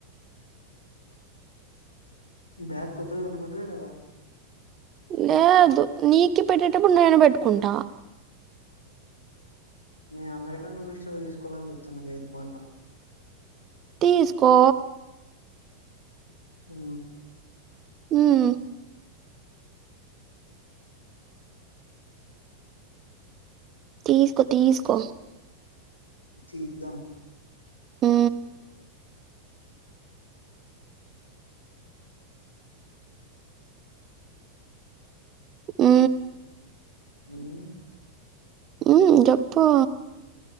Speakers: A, on the left; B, on the right.
A: బ్యాగ్ కొత్తదికొనుకింటివ లేదా
B: లేదు నీకి పెట్టేటప్పుడు నేను బెట్టుకుంటా
A: నే అమెరికన్ టూరిస్టుగా తీస్కోవాలని జుతున్న వెయి రూపాలు
B: తీస్కో
A: ఉ
B: ఉమ్ తీస్కో తీస్కో
A: తీద్దాం
B: ఉ ఊ
A: ఉహు
B: ఉ జప్పు